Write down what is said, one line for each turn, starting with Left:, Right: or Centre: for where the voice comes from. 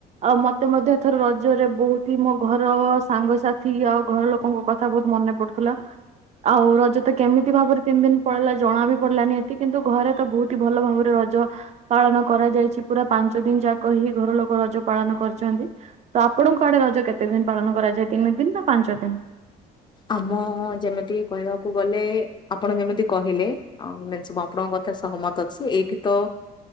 Right: ଆଉ ମତେ ମଧ୍ୟ ଏଥର ରଜ ରେ ବହୁତ ହି ମୋ ଘର, ସାଙ୍ଗସାଥି ଆଉ ଘର ଲୋକଙ୍କ କଥା ବହୁତ ମନେ ପଡୁଥିଲା ଆଉ ରଜ ତ କେମିତି ଭାବରେ ତିନି ଦିନ ପଳେଇଲା ଜଣା ବି ପଡିଲାନି ଏଠି କିନ୍ତୁ ଘରେ ତ ବହୁତ ହି ଭଲ ଭାବରେ ରଜ ପାଳନ କରାଯାଇଛି ପୁରା ପାଞ୍ଚ ଦିନ ଯାକ ହିଁ ଘର ଲୋକ ରଜ ପାଳନ କରିଛନ୍ତି। ତ ଆପଣଙ୍କ ଆଡେ ରଜ କେତେ ଦିନ ପାଳନ କରାଯାଏ ତିନି ଦିନ ନା ପାଞ୍ଚ ଦିନ?
Left: ଆମ ଯେମିତି କହିବାକୁ ଗଲେ ଆପଣ ଯେମିତି କହିଲେ ଆଉ <unintelligible> ମୁଁ ଆପଣଙ୍କ କଥା ସହମତ ଅଛି ଏଇଠି ତ